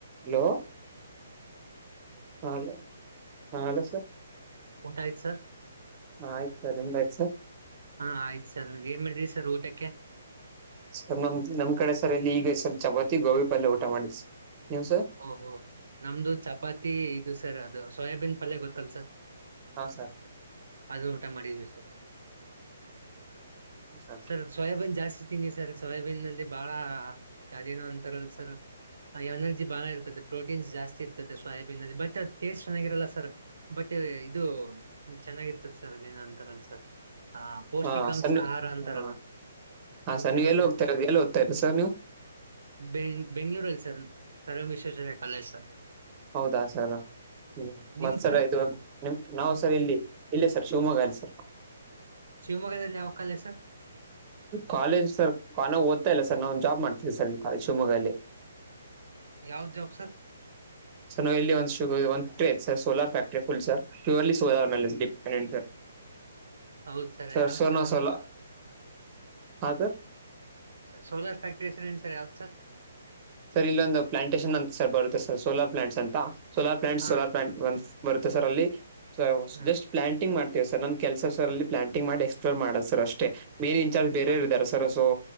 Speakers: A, on the right; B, on the right.
A: Hello, ಹಾ hello, ಹಾ hello sir
B: ಊಟ ಆಯ್ತು ಸರ್
A: ಹಾ, ಆಯ್ತ ಸರ್ ನಿಮ್ದ ಆಯ್ತು ಸರ್
B: ಹಾ, ಆಯ್ತ ಸರ್ ಏನ್ ಮಾಡಿದ್ರಿ ಸರ್ ಊಟಕ್ಕೆ.
A: ಸರ್ ನಮ್ ನಮ್ ಕಡೆ ಸರ್ ಇಲ್ಲಿ ಈಗ ಸರ್ ಚಪಾತಿ ಗೋಬಿ ಪಲ್ಯ ಊಟ ಮಾಡಿದ್ವಿ ಸರ್. ನೀವು ಸರ್
B: ಓಹೋ ನಮ್ದು ಚಪಾತಿ ಇದು ಸರ್ ಅದು ಸೋಯಾಬೀನ್ ಪಲ್ಯ ಗೊತ್ತಲ್ ಸರ್-
A: ಹಾ, ಸರ್-
B: ಅದುನ ಊಟ ಮಾಡಿದ್ವಿ ಸರ್
A: ಹ ಸ <inaudible>
B: ಸರ್ ಸೋಯಾಬೀನ್ ಜಾಸ್ತಿತಿಂದಿನಿ ಸರ್, ಸೋಯಾಬೀನ್ಅಂದ್ರೆ ಬಾಳ ಯಾವ್ದೇನೋ ಅಂತಾರಲ್ ಸರ್. ಎನರ್ಜಿ ಬಾಳ ಇರ್ತದೆ. ಪ್ರೋಟೀನ್ಸ್ ಜಾಸ್ತಿ ಇರ್ತದೆ. ಸೋಯಾಬೀನಲ್ಲಿ ಬಟ್ ಅದು ಟೇಸ್ಟ್ ಚೆನ್ನಾಗಿರಲ್ಲ ಸರ್ ಬಟ್ ಇದು- ಚೆನ್ನಾಗಿರ್ತದೆಸರ್ ಅದೇನ ಅಂತರಲ್ ಸರ್ ಹಾ ಪೌಷ್ಟಿಕಾಂಶ
A: ಹಾ ಸರ್
B: ಆಹಾರ ಅಂತಾರಲ್ಲ
A: ಹ ಹಾ ಹಾ
B: ಹಂಗೆ
A: ಸರ್
B: ಚೆನ್ನಾಗಿರುತ್ತೆ
A: ನೀವ್ ಎಲ್ಲಿ ಹೋಗ್ತಾ ಇರೋದು
B: ಸಾರ್.
A: ಎಲ್ಲಿ ಓದ್ತಾ ಇರೋದು ಸರ್ ನೀವು
B: ಬೆಂಗ ಬೆಂಗಳೂರಲ್ಲಿ sir sir, M Visvesvaraya college sir
A: ಹೌದಾ, ಸರ್ ಹ್ಮ
B: ನಿಮ್
A: ಮತ್ಸರ
B: ಸರ್
A: ಇದು ನಿಮ ನಾವು ಸರ್ ಇಲ್ಲಿ ಇಲ್ಲೇ ಸರ್ ಶಿವಮೊಗ್ಗ ಅಲ್ಲಿ ಸರ್, -
B: ಶಿವಮೊಗ್ಗದಲ್ಲಿ ಯಾವ ಕಾಲೇಜಸರ್
A: ಕಾಲೇಜ ಸರ್ ನ ಓದ್ತಾ ಇಲ್ಲ ಸರ್ ನಾವು ಜಾಬ್ ಮಾಡ್ತಿದಿವಿ ಸರ್ ಶಿವಮೊಗ್ಗಲ್ಲಿ.
B: ಯಾವ್ದ್ ಜಾಬ್ ಸರ್
A: ಸರ್ ನಾವುಲ್ಲಿ ಒಂದು ಒಂದು ಟ್ರೇ sir solar factory full sir purely solar ಮೇಲೆ- ಪನ್ನೆಟ ಸರ್
B: ಹೌದ್
A: ಸರ್
B: ಯಾವ್ದ್
A: ಸವಣ
B: ಅದು
A: ಸೋಲ ಹಾಂ ಸರ್ <unintelligible>
B: ಸೋಲಾರ್ ಫ್ಯಾಕ್ಟ್ರಿ ಹೆಸರೇನು ಸರ್, ಯಾವ್ದ ಸರ್
A: ಸರ್ ಇಲ್ಲಿಒಂದು ಪ್ಲಾಂಟೇಸನಂತ ಸರ್ ಬರತ್ತೆ ಸೋಲಾರ ಪ್ಲಾಂಟ್ಸ ಅಂತ ಸೋಲಾರ್ ಪ್ಲಾಂಟ್
B: ಹಾ
A: ಸೋಲ ಪ್ಲಾಂಟ್ ಒಂದ ಬರುತ್ತೆ ಸರ್ ಅಲ್ಲಿ
B: ಹಾ
A: ಜಸ್ಟ್ ಪ್ಲಾಂಟಿಂಗ್ ಮಾಡ್ತೇವಿ ಸರ್. ನಂದ ಕೆಲ್ಸ ಸರ್ ಅಲ್ಲಿ ಪ್ಲಾಂಟಿಂಗ್ ಮಾಡಿ ಎಕ್ಸ್ಪ್ಲೋರ್ ಮಾಡದು ಸರ್ ಅಷ್ಟೇ, ಮೇನ್ ಇನ್ಚಾರ್ಜ್ ಬೇರೆಯವರ್
B: ಹಾ
A: ಇದ್ದಾರ ಸರ್ ಸೊ